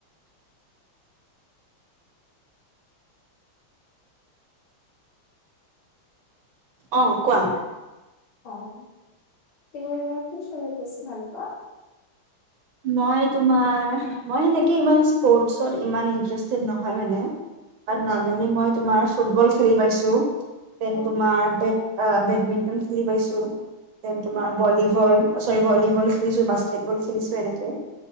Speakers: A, on the right; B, on the left.
A: অ' কোৱা?
B: অ' তুমি মানে কি চেনিট বেছি ভাল পোৱা?
A: মই তোমাৰ মই হেনেক ইচপৰটচ ইমান ইনষ্টাৰেচেটটে নহয় মানে। <unintelligible>
B: আচ্ছা
A: তোমাৰ ফুটবল খেলি পাইছো, দেন
B: অ
A: তোমাৰ বেট-বেট বেডমিন্টন খেলি পাইছো। দেন
B: উম
A: তোমাৰ ভলীবল চৰি ভলীবল খেলিছো, বাস্কেটবল খেলিছো। যেনে কৰে